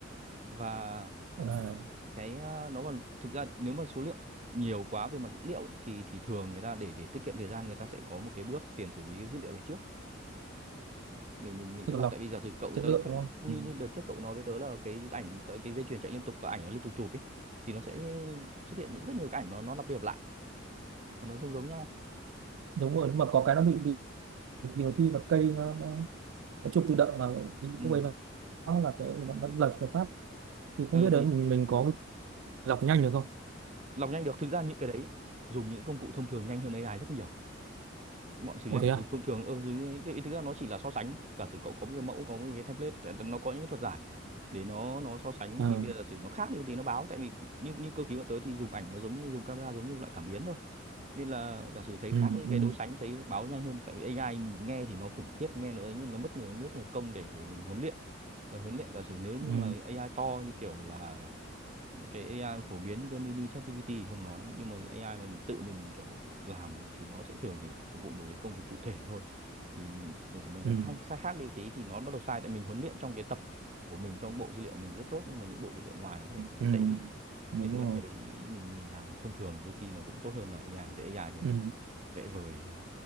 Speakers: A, on the right; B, on the right.
A: và
B: Ờ,
A: cái ờ, nó còn thực ra nếu mà số lượng nhiều quá về mặt dữ liệu ấy, thì thì thường người ta để để tiết kiệm thời gian người ta sẽ có một cái bước tiền xử lý cái dữ liệu đấy trước để mình mình
B: tức
A: sẽ
B: là
A: lọc
B: lọc
A: tại vì giả sử cậu
B: chất
A: tới
B: lượng
A: theo
B: đúng không
A: như
B: ừ.
A: như đợt trước cậu nói với tớ là cái ảnh tới cái dây chuyền chạy liên tục và ảnh nó liên tục chụp ấy thì nó sẽ xuất hiện những rất nhiều cái ảnh nó nó lặp đi lặp lại hoặc nó giống giống nhau
B: đúng rồi nhưng mà có cái nó bị bị bị nhiều khi là cây nó, nó chụp tự động mà
A: ừ.
B: lúc ấy nó là cái nó, nó lật một phát thì
A: ừ
B: không biết đấy
A: thì
B: mình mình có cái đọc nhanh được không
A: lọc nhanh được thực ra những cái đấy dùng những công cụ thông thường nhanh hơn A I rất nhiều bọn xử
B: ủa
A: lý ảnh
B: thế à
A: dùng thông thường ừ, dùng thì thực ra nó chỉ là so sánh giả sử cậu có một cái mẫu có một cái template tại- nó có những cái thuật giải để nó nó so sánh
B: Ờ,
A: thì bây giờ giả sử nó khác đi một tí nó báo tại vì như như cơ khí bọn tới thì dùng ảnh nó giống như dùng camera giống như loại cảm biến thôi nên là giả sử thấy
B: ừ
A: khác với
B: ừ
A: cái đối sánh thấy báo nhanh hơn tại vì AI nghe thì nó khủng khiếp nghe nó ấy nhưng nó mất nhiều rất nhiều công để để mình huấn luyện và huấn luyện giả sử nếu như
B: ừ
A: mà AI to như kiểu là những cái AI phổ biến cái mini ChatGPT thì không nói nhưng mà những AI mà mình tự mình kiểu làm thì nó sẽ thường thì phục vụ một cái công việc cụ thể thôi thì thì chúng mình nó
B: ừ
A: hay sai khác đi một tí thì nó bắt đầu sai tại mình huấn luyện trong cái tập của mình trong bộ dữ liệu mình rất tốt nhưng mà những bộ dữ liệu ngoài nó có thể
B: ừ
A: nó lại tệ đi
B: đúng
A: nên thực
B: rồi
A: ra cái đấy mình mình làm thông thường đôi khi nó cũng tốt hơn là AI Tại AI thì nó
B: ừ
A: chỉ có vẽ vời thôi